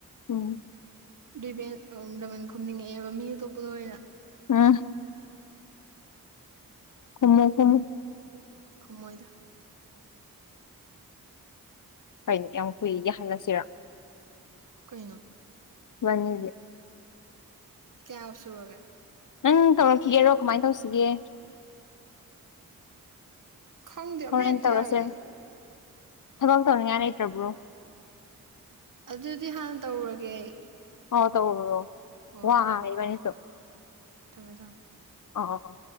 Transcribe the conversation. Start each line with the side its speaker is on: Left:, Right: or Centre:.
Left: ꯎꯝ
Right: ꯔꯦꯕꯦꯟꯖ ꯂꯃꯟ ꯈꯨꯝꯝꯅꯤꯡꯉꯛꯑꯦꯕ ꯃꯤ ꯑꯇꯣꯞꯄꯗ ꯑꯣꯏꯅ
Left: ꯑꯥ ꯈꯨꯃꯣ ꯈꯨꯃꯣ
Right: ꯈꯃꯣꯏꯗ
Left: <unintelligible> ꯌꯥꯝ ꯀꯨꯏꯒꯤ <unintelligible>
Right: ꯀꯩꯅꯦ
Left: ꯃꯅꯤꯒꯤ
Right: ꯀꯌꯥ ꯁꯨꯔꯒꯦ
Left: ꯅꯪ ꯇꯧꯔꯛꯈꯤꯒꯦꯔꯣ ꯀꯃꯥꯏꯅ ꯇꯧꯁꯤꯒꯦ
Right: ꯈꯪꯗꯦ ꯑꯃꯥ
Left: ꯍꯣꯔꯦꯟ
Right: ꯍꯦꯛꯇꯥ
Left: ꯇꯧꯔꯁꯦ
Right: ꯌꯥꯏꯌꯦ
Left: ꯊꯕꯛ ꯇꯧꯅꯤꯡꯉꯥꯏ ꯂꯩꯇ꯭ꯔꯕ꯭ꯔꯣ
Right: ꯑꯗꯨꯗꯤ ꯍꯥꯟꯅ ꯇꯧꯔꯒꯦ ꯑꯩ
Left: ꯑꯥ ꯇꯧꯔꯨꯔꯣ
Right: ꯍꯣꯏ
Left: ꯋꯥꯔꯦ
Right: ꯍꯣꯏ
Left: ꯏꯕꯅꯤꯁꯨ
Right: ꯊꯝꯃꯦ ꯊꯥꯝꯃꯦ
Left: ꯑ